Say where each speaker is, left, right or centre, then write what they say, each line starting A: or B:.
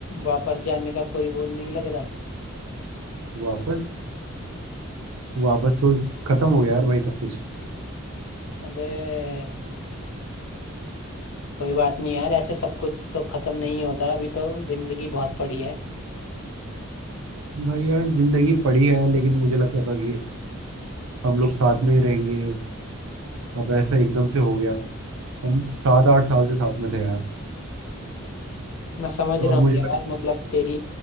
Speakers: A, on the left; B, on the right.
A: वापस जाने का कोई वो नहीं लग रहा
B: वापस वापस तो खत्म हो गया यार भाई सब कुछ
A: अबे कोई बात नहीं यार ऐसे सब कुछ तो खत्म नहीं होता अभी तो जिंदगी बहुत पड़ी है
B: भाई यार जिंदगी पड़ी है लेकिन मुझे लगता था कि हम लोग साथ में ही रहेंगे अब ऐसा एकदम से हो गया हम सात आठ साल से साथ में थे यार
A: मैं समझ
B: तो
A: रहा
B: अब
A: हूँ
B: मुझे
A: यार
B: लगता
A: मतलब तेरी